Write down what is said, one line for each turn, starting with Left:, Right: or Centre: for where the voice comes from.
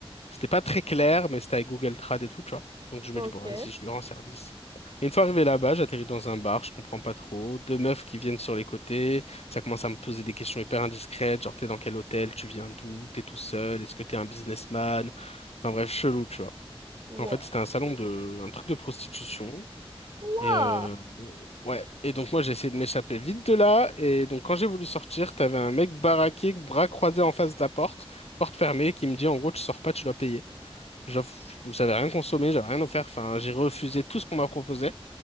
Left: C'était pas très clair, mais c'était avec Google Trad et tout, tu vois. Donc je me
Right: OK.
Left: dis, bon, vas-y, je lui rends service. Et une fois arrivé là-bas, j'atterris dans un bar, je comprends pas trop. Deux meufs qui viennent sur les côtés, ça commence à me poser des questions hyper indiscrètes, genre t'es dans quel hôtel, tu viens d'où, t'es tout seul, est-ce que t'es un businessman? Enfin bref, chelou, tu vois. En
Right: Waouh!
Left: fait, c'était un salon de, un truc de prostitution.
Right: Waouh!
Left: Et euh, ouais. Et donc moi, j'ai essayé de m'échapper vite de là. Et donc quand j'ai voulu sortir, t'avais un mec baraqué, bras croisés en face de la porte, porte fermée, qui me dit en gros, tu sors pas, tu dois payer. J'avoue que j'avais rien consommé, j'avais rien offert. Enfin, j'ai refusé tout ce qu'on m'a proposé.